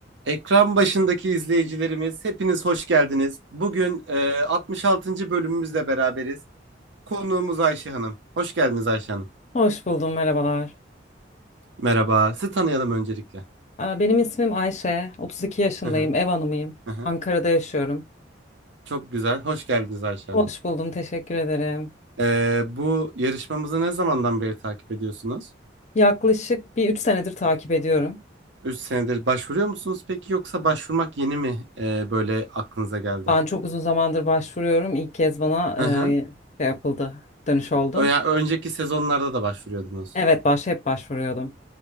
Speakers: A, on the right; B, on the left.
A: Ekran başındaki izleyicilerimiz hepiniz hoş geldiniz. Bugün e, 66. bölümümüzle beraberiz. Konuğumuz Ayşe Hanım. Hoş geldiniz Ayşe Hanım.
B: Hoş buldum, merhabalar.
A: Merhaba. Sizi tanıyalım öncelikle.
B: Aa, Benim ismim Ayşe, 32 yaşındayım,
A: Hı hı,
B: ev hanımıyım.
A: hı hı.
B: Ankara'da yaşıyorum.
A: Çok güzel. Hoş geldiniz Ayşe
B: Hoş
A: Hanım.
B: buldum, teşekkür ederim.
A: E, bu yarışmamızı ne zamandan beri takip ediyorsunuz?
B: Yaklaşık bir 3 senedir takip ediyorum.
A: 3 senedir başvuruyor musunuz peki yoksa başvurmak yeni mi e, böyle aklınıza geldi?
B: Ben çok uzun zamandır başvuruyorum. İlk kez bana
A: Hı hı.
B: e, şey yapıldı, dönüş oldu.
A: Ö- yani önceki sezonlarda da başvuruyordunuz.
B: Evet, baş hep başvuruyordum.